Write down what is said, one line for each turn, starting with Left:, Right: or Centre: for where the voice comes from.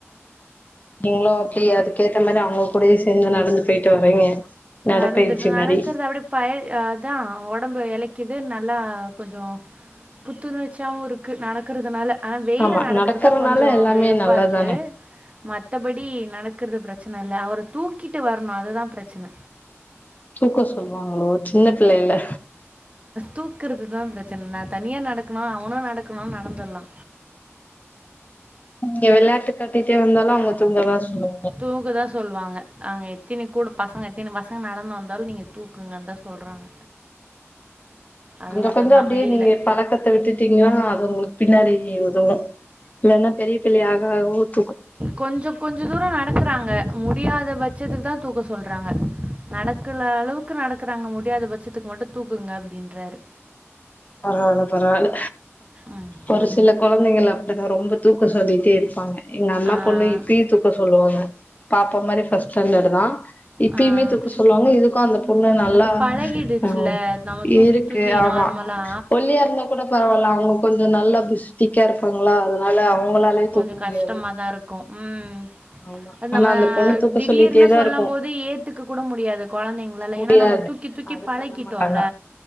Left: நீங்களு ஓகே அதுக்கேத்த மாரி அவுங்க கூடயே சேந்து நடந்து போயிட்டு வரீங்க நடப்பயிற்சி
Right: நடந்துடு நடக்கறது
Left: மாரி
Right: அப்டியே பழ அதா ஒடம்பு எழக்கிது நல்லா கொஞ்சோ புத்துணர்ச்சியாவு இருக்கு நடக்கறதுனால ஆனா வெய்யில
Left: ஆமா
Right: நடக்கறுதுதா
Left: நடக்கறனால
Right: கொஞ்சோ
Left: எல்லாமே
Right: வெறுப்பா
Left: நல்லதுதானே
Right: இருக்கு மத்தபடி நட நடக்கறது பிரச்சன இல்ல அவர தூக்கிட்டு வரணு அதுதா பிரச்சன
Left: தூக்க சொல்லுவாங்களோ சின்ன பிள்ளயில்ல
Right: தூக்குறதுதா ப்ரச்சன் நா தனியா நடக்கணு அவனு நடக்குண்னா நடந்துர்லா
Left: நீங்க வெளாட்டு காட்டிட்டே வந்தாலு அவுங்க தூக்கதா சொல்லு
Right: தூக்கதா சொல்வாங்க அங்க எத்தனி கூட பசங்க எத்தினி பசங்க நடந்து வந்தால் நீங்க தூக்குங்கன் தா சொல்றாங்க அது
Left: கொஞ்சக்
Right: மட்டும்தான்
Left: கொஞ்சொ அப்டியே
Right: வெயில்ல
Left: நீங்க பழக்கத்த விட்டுட்டீங்னா அது உங்களுக்கு பின்னாடி உதவு இல்லன்னா பெரிய பிள்ளை ஆ <unintelligible>
Right: கொஞ்சக் கொஞ்ச தூரொ நடக்குறாங்க முடியாத பட்சத்துக்குதா தூக்க சொல்றாங்க நடக்குல அளவுக்கு நடக்குறாங்க முடியாத பட்சத்துக்கு மட்டு தூக்குங்க அப்டின்றாரு
Left: பரவால்ல பரவால்ல
Right: ம்.
Left: ஒரு சில கொழந்தைங்கள் அப்டிதா ரொம்ப தூக்க சொல்லிட்டே இருப்பாங்க எங்க அண்ணா
Right: ஆஹ்
Left: பொண்ணு இப்பயே தூக்க சொல்லுவாங்க பாப்பா மாரி ஃபர்ஸ்ட் ஸ்டாண்டடு தா இப்பயுமே
Right: ஆஹ்
Left: தூக்க சொல்லுவாங்க இதுக்கு அந்த பொண்ணு நல்லா
Right: அது பழகிடுச்சுல
Left: ம்
Right: நம்ம தூக்கி
Left: இருக்கு
Right: தூக்கி
Left: ஆமா
Right: நார்மலா
Left: ஒல்லியா இருந்தா கூட பரவால்ல அவுங்க கொஞ்சொ நல்லா புஷ்டிக்கா இருப்பாங்ளா அதுனால அவ ங்களாலயே
Right: கொஞ்சம்
Left: தூக்க முடியாது
Right: கஷ்டமா தான் இருக்கும் ம்
Left: ஆமா ஆனா
Right: நம்ம
Left: அந்த பொண்ணு தூக்க
Right: திடீர்னு
Left: சொல்லிட்டேதா
Right: சொல்லம்
Left: இருக்கு
Right: போது ஏத்துக்கக் கூட முடியாது கொழந்தைங்களால
Left: முடியாது
Right: ஏன்னா நம்ம தூக்கி தூக்கி
Left: அது
Right: பழக்கிட்டோல்ல
Left: பண்ண மாட்டாங்க